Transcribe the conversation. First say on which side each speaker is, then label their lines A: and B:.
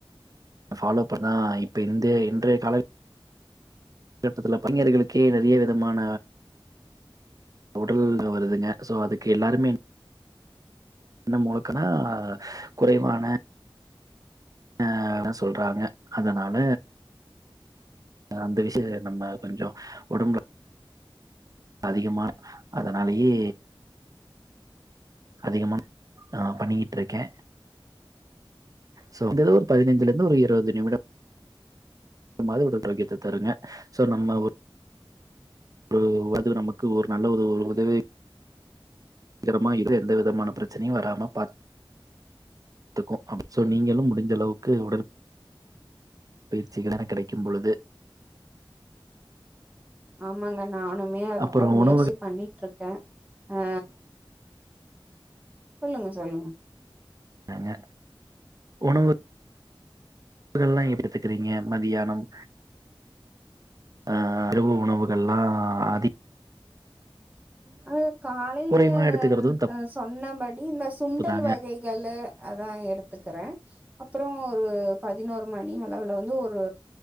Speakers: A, on the right (about 40°); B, on the right (about 15°).
A: ஃபாலோ பண்ணா இப்ப இந்த இன்றைய கால கட்டத்துல பையர்களுக்கே நெறைய விதமான உடல் இருந்து வருதுங்க சோ அதுக்கு எல்லாருமே என்ன முழுக்கனா குறைவான ஆ சொல்றாங்க அதனால அந்த விஷயத்துல நம்ப கொஞ்சொ ஒடம்புல அதிகமா அதனாலியே அதிகமா நா பண்ணிகிட்ருக்கே சோ வந்தது ஒரு பதினஞ்சலந்து ஒரு இருவது நிமிடம் மாத ஒரு துரோக்கியத்த தருங்க சோ நம்ம ஒரு <unintelligible> அது நமக்கு ஒரு நல்ல ஒரு உதவி கிரமா இரு இது எந்த விதமான பிரச்சனையு வராம பாத் த்துக்கு சோ நீங்களு முடிஞ்ச அளவுக்கு உடல் பயிற்சிகள் என கிடைக்கூ பொழுது
B: ஆமாங்க நானுமே அதுக்
A: அப்புறம்
B: தா முயற்சி
A: உணவு
B: பண்ணிட்ருக்கே ஆ சொல்லுங்க சொல்லுங்க
A: அங்க உணவு லன்னா ஏ கத்துக்குறீங்க மதியானம் ஆ இரவு உணவுகள்லா அதி
B: அ காலைல
A: குறைவா எடுத்துக்கிறது
B: அ சொன்னே பாட்டி இந்த சுண்டல்
A: தப்பு தாங்க
B: வகை கள்ளு அதா எடுத்துக்குறே அப்றோ ஒரு பதினோர் மணி அளவுல வந்து ஒரு